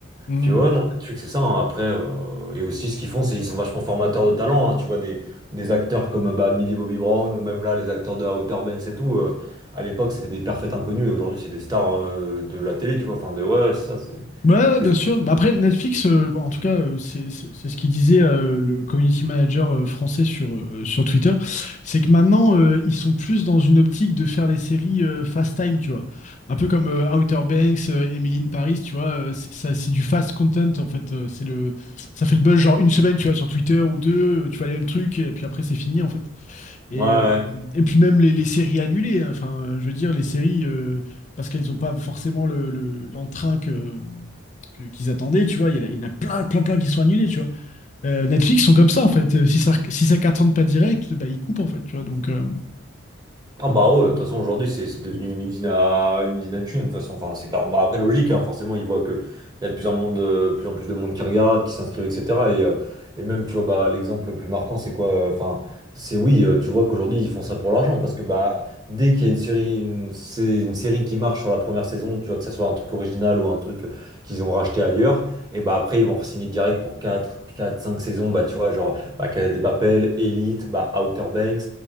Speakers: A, on the left; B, on the right.
A: Mm.
B: puis ouais, non, Netflix, c'est ça. hein. Après, euh, et aussi, ce qu'ils font, c'est qu'ils sont vachement formateurs de talent. hein. Tu vois, des, des acteurs comme bah, Millie Bobby Brown ou même là, les acteurs de Outer Banks et tout. euh, à l'époque, c'était des parfaits inconnus et aujourd'hui, c'est des stars euh, de la télé, tu vois. Enfin, de ouais, c'est ça, c'est.
A: Ouais, ouais,
B: c'est-
A: bien sûr. Mais Après, Netflix, euh, bon, en tout cas, euh, c'est c'est- c'est ce qu'il disait euh, le community manager euh, français sur, euh, sur Twitter, c'est que maintenant, euh, ils sont plus dans une optique de faire des séries euh, fast time, tu vois. Un peu comme euh, Outer Banks, euh, Emily in Paris, tu vois. euh, c'est ça, c'est du fast content, en fait. euh, c'est le, ça fait le buzz, genre une semaine, tu vois, sur Twitter ou deux, euh, tu vois les mêmes trucs, et puis après, c'est fini, en fait. Et,
B: Ouais, ouais.
A: euh, et puis même les, les séries annulées, hein. enfin, je veux dire, les séries, euh, parce qu'elles n'ont pas forcément le, le- l'entrain que, que- qu'ils attendaient, tu vois, il y, en a il y en a plein, plein, plein qui sont annulés, tu vois. Euh, Netflix sont comme ça, en fait. Euh, Si ça, si ça cartonne pas direct, bah, ils coupent, en fait, tu vois, donc... euh,
B: Ah bah ouais, de toute façon aujourd'hui c'est c'est devenu une usine à une usine à thunes de toute façon enfin c'est clair Bah, après logique hein, forcément ils voient que il y a de plus en monde euh, plus en plus de monde qui regarde qui s'inscrivent etc et, euh, et même tu vois bah l'exemple le plus marquant c'est quoi euh, enfin c'est oui euh, tu vois qu'aujourd'hui ils font ça pour l'argent parce que bah dès qu'il y a une série une, sé- une série qui marche sur la première saison tu vois que ça soit un truc original ou un truc euh, qu'ils ont racheté ailleurs et bah après ils vont re-signer direct pour quatre quatre 5 saisons bah tu vois genre bah, Casa des Papel, Elite bah Outer Banks